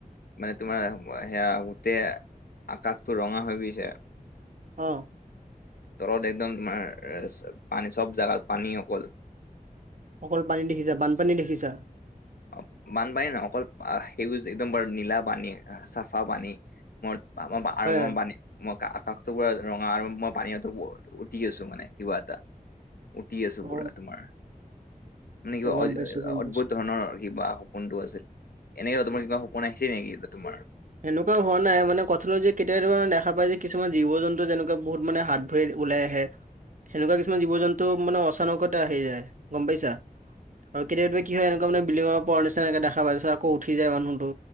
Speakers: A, on the left; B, on the right.
A: মানে তোমাৰ সেয়া গোটে আকাশটো ৰঙা হৈ গৈছে।
B: অঁ।
A: তলত একদম তোমাৰ পানী চ'ব জাগাৰ পানী অকল।
B: অকল পানী দেখিছা, বানপানী দেখিছা?
A: অঁ, বানপানী নহয় অকল সেউজ একদম বৰ নীলা পানী, চাফা পানী- মোৰ মই আৰু
B: হয়
A: মই
B: হয়
A: পানী- মই আকাশটো পোৰা ৰঙা আৰু মই পানী উটি আছো মানে কিবা এটা। উটি আছো
B: অ
A: পুৰা তোমাৰ মানে কিবা
B: গম পাইছো গম
A: অদ্ভুত
B: পাইছো।
A: ধৰণৰ কিবা সপোনটো আছিল, এনেকা তোমাৰ কিবা সপোন আহিছে নেকি তোমাৰ?
B: সেনেকোৱা হোৱা নাই মানে <unintelligible> যে কেতিয়াৱা কেতিয়াবা এনে দেখা পায় যে কিছুমান জীৱ-জন্তু যেনেকুৱা বহুত মানে হাবিত ওলাই আহে, সেনেকুৱা কিছুমান জীৱ-জন্তু মানে অচানকতে আহি যায় গম পাইছা। আৰু কেতিয়াবা কেতিয়াবা কি হয় এনেকুৱা বিড্লিঙৰ <unintelligible> নিচিনাকৈ দেখা পাইছ আকৌ উঠি যায় মানুহটো।